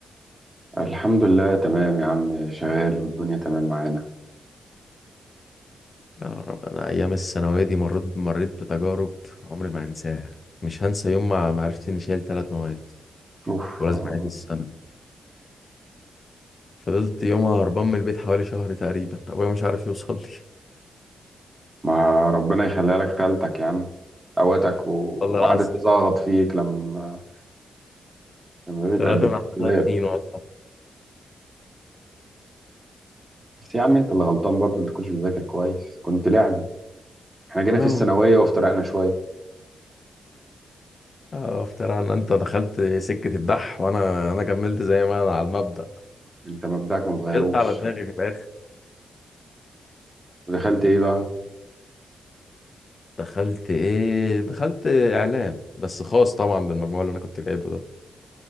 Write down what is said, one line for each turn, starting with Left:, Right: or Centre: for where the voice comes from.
Right: الحمد لله تمام يا عم شغال والدنيا تمام معانا
Left: يا رب انا ايام الثانوية دي مريت مريت بتجارب عمري ما هنساها مش هنسى يوم ما ما عرفت اني شايل ثلاث مواد
Right: اوف
Left: ولازم
Right: آه.
Left: اعيد السنة. فضلت يومها هربان من البيت حوالي شهر تقريبا ابويا مش عارف يوصل لي
Right: ما ربنا يخليها لك خالتك يا عم قوتك و...
Left: <laughs> والله
Right: وقعدت
Left: العظيم
Right: تزغط فيك لما لما بتقدم
Left: طلعت من
Right: الدولاب
Left: على طين والله
Right: بس يا عم انت اللي غلطان برضه انت كنتش بتذاكر كويس كنت لعبي احنا جينا
Left: والله
Right: في الثانويه
Left: ما
Right: وافترقنا شويه
Left: آه، افترى ان انت دخلت سكة الدح وانا انا كملت زي ما انا على المبدأ
Right: انت مبدأك ما اتغيروش
Left: شلت على دماغي في الاخر
Right: ودخلت ايه بقى
Left: دخلت ايه دخلت اعلام بس خاص طبعا بالمجموع اللي انا كنت جايبه ده